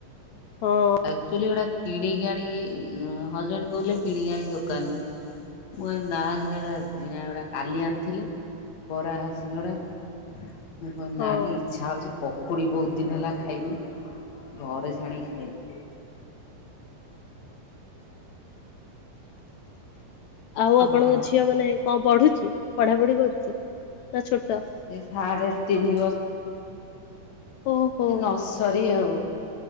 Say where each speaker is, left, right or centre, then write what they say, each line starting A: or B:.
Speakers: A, on the left (about 80°); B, on the left (about 55°).
A: ହଁ
B: ଅଚିଲି କିଣିକି ଆଣି ହଜବେଣ୍ଡ କହୁଥିଲେ କିଣିକି ଆଣି ଦୋକାନରୁୁ ମୁଁ କହିଲି ନା ହେଡା଼ କିଣା ଗୁଡା଼ କାଲି ଆଣିଥିଲେ ବରା ସିଙ୍ଗଡା଼ ମୁଁ କହିନି
A: ହଁ
B: ନା ଟିକେ ଇଚ୍ଛା ହେଉଛି ପକୁଡ଼ି ବହୁତ୍ ଦିନି ହେଲା ଖାଇନି ଘରେ ଛାଣିକି ଖାଇଲି। <inaudible>
A: ଆଉ ଆପଣଙ୍କ
B: ହଁ
A: ଝିଅ ମାନେ କଣ ପଢୁଛି। ପଢ଼ାପଢ଼ି କରୁଛେ ନା ଛୋଟ?
B: ସେ ସାଢ଼େ ତିନି
A: ଓହୋ
B: ଏ ନର୍ସରୀ ଆଉ